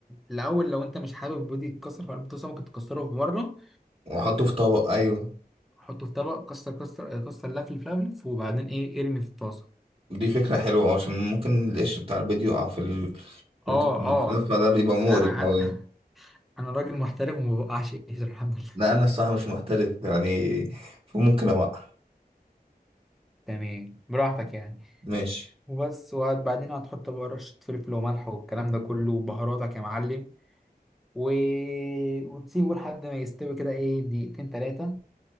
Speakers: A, in the centre; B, on the right.
A: الاول لو انت مش حابب بودي يتكسر في قلب الطاسه ممكن تكسره في مره
B: واحطه في طبق ايوه
A: حطه في طبق كسر كسر كسر لفلف لفلف وبعدين ايه ارمي في الطاسه
B: دي فكرة حلوة عشان ممكن القش بتاع البيض يقع في ال... في
A: اه
B: الخلاف
A: اه
B: فده بيبقى مقرف
A: انا
B: أوي
A: أنا راجل محترم وما بوقعش ايدي الحمد لله
B: لا أنا الصراحة مش محترف يعني فممكن أوقع
A: تمام براحتك يعني
B: ماشي
A: وبس وبعدين هتحط بقى رشه فلفل وملح والكلام ده كله وبهاراتك يا معلم و... وتسيبه لحد ما يستوي كده ايه دقيقتين تلاتة